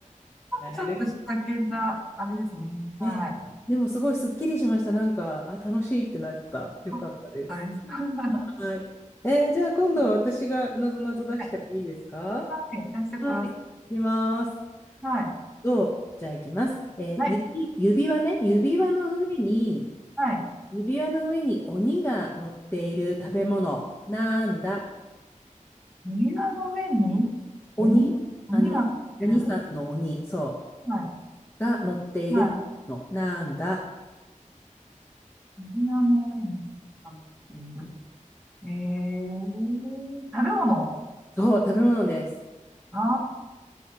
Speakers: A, on the left (about 20°); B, in the centre.
A: なる
B: ちょっと仕掛けな、あれですね。
A: ほどね。
B: はい。
A: でもすごいすっきりしました。なんか、あ、楽しいってなった。よかったです。
B: あそうです。<laughs> は
A: はい。えー、じゃあ今度は私がなぞなぞ出してもいいですか
B: い。はい。出してください。
A: はい。いきます。
B: はい。
A: と、じゃあいきます。えー指、
B: はい。
A: 指輪ね。指輪の上に、
B: はい。
A: 指輪の上に鬼が乗っている食べ物。なんだ
B: 指輪の上に鬼鬼が来てる
A: 鬼あの、鬼さんの鬼、そ
B: はい。
A: う。が乗っている食べ物。
B: は
A: なんだ
B: い。指輪の上に鬼が乗っている。えー、食べ物。
A: そう、食べ物です。
B: あ